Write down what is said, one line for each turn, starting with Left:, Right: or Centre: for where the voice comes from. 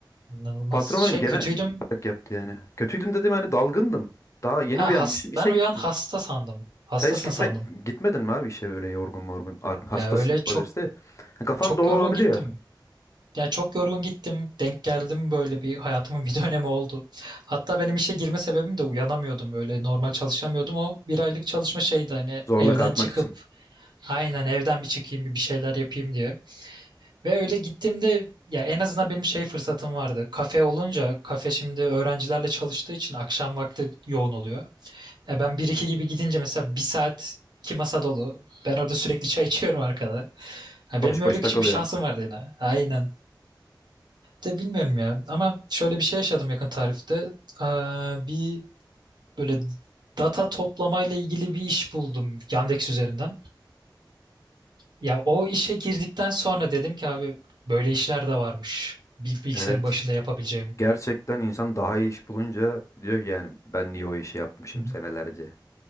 Right: inanılmaz.
Left: Patronların
Right: Şey
Left: genel
Right: kötüydüm.
Left: genel olarak yaptı yani. Kötüydüm dedim hani dalgındım. Daha yeni
Right: Ha
Left: uyanmışım
Right: has,
Left: işe
Right: ben uyan
Left: gittim.
Right: hasta sandım. Hastasın
Left: Sen hiç gitme,
Right: sandım.
Left: gitmedin mi abi işe böyle yorgun morgun? Ar- Hastasın
Right: Ya öyle çok
Left: olabilirsin de. Kafan
Right: çok
Left: dolu
Right: yorgun
Left: olabiliyor.
Right: gittim. Ya çok yorgun gittim. Denk geldim böyle bir hayatımın <laughs> bir dönemi oldu. Hatta benim işe girme sebebim de uyanamıyordum böyle normal çalışamıyordum. O bir aylık çalışma şeydi hani
Left: Zorla
Right: evden
Left: kalkmak
Right: çıkıp
Left: için.
Right: aynen evden bir çıkayım bir bir şeyler yapayım diye. Ve öyle gittiğimde ya en azından benim şey fırsatım vardı. Kafe olunca kafe şimdi öğrencilerle çalıştığı için akşam vakti yoğun oluyor. E ben bir iki gibi gidince mesela bir saat iki masa dolu. Ben orada sürekli çay içiyorum arkada. Ha,
Left: Boş
Right: benim öyle
Left: boş
Right: küçük
Left: takılıyorsun.
Right: bir şansım vardı yine. Aynen de bilmiyorum ya. Ama şöyle bir şey yaşadım yakın tarihte. Ee, bir böyle data toplamayla ilgili bir iş buldum Yandex üzerinden. Ya o işe girdikten sonra dedim ki abi böyle işler de varmış. Bir bilgisayarın
Left: Evet.
Right: başında yapabileceğim.
Left: Gerçekten insan daha iyi iş bulunca diyor ki yani ben niye o işi yapmışım
Right: Hı hı.
Left: senelerce.